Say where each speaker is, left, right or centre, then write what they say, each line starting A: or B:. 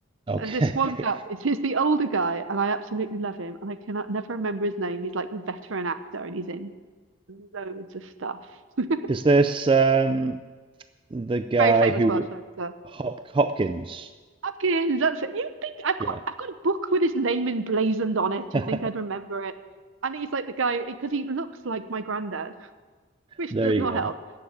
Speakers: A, on the right; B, on the right.
A: Okay.
B: There's this one guy, it's he's the older guy, and I absolutely love him, and I cannot never remember his name. He's like a veteran actor and he's in loads of stuff.
A: <laughs>
B: <laughs>
A: Is this um the guy
B: Very famous
A: who
B: Welsh
A: w-
B: actor.
A: Hop Hopkins?
B: Hopkins, that's it. You think I've got
A: Yeah.
B: I've got a book with his name emblazoned on it.
A: <laughs>
B: You think I'd remember it? And he's like the guy because he looks like my granddad, which
A: There
B: does
A: you
B: not
A: go.
B: help